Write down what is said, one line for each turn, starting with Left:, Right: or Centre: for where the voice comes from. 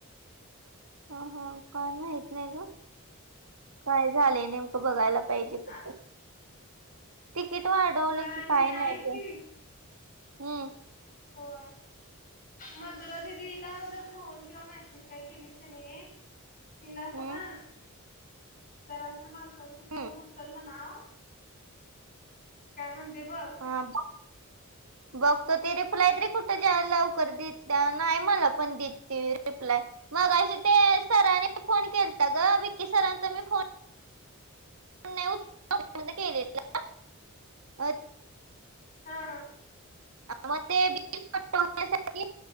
Right: ह, ह काय माहित नाही ग. काय झालेय नेमकं
Left: हम्म
Right: बघायला पाहिजे फक्त.
Left: आ
Right: तिकीट वाढवलं
Left: होय आणि
Right: की काही
Left: ऐक
Right: नाही ग.
Left: की
Right: हम्.
Left: होय. मधूरा दिदीला जर फोन किंवा मेसेज काही केलीस की नाही तिला सांग,
Right: हम्म
Left: जरासं माणसांचा फोन
Right: हम्म
Left: उचल. हा, काय म्हणती बघ.
Right: हा
Left: <inaudible>
Right: बघतो ती रिप्लाय तरी कुठे द्या लवकर देत, नाही मला पण देत ती रिप्लाय. मगाशी ते सरांनी फोन केलता ग विक्की सरांचा मी फोन फोन नाही उचलला म्हणून केलेला. अं,
Left: हा,
Right: म तेबी तीतकच तोडण्यासाठी